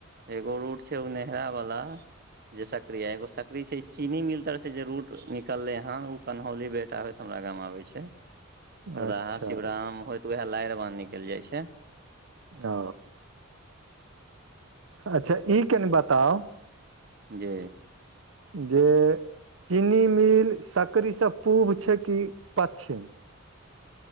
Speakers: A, on the right; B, on the right.
A: एगो रूट छै ओ नेहरावला जे सकड़ी है एगो सकड़ी छै चीनी मिलतर से जे रूट निकलले हन उ कन्हौली बेटा होइत हमरा गाम आबै छै हरदाहा
B: अच्छा
A: शिवराम होइत वएह लारि बाँध निकलि जाइ छै
B: ओ अच्छा ई कनि बताउ
A: जे
B: जे चीनी मिल सकरीसँ पूर्व छैय कि पश्चिम?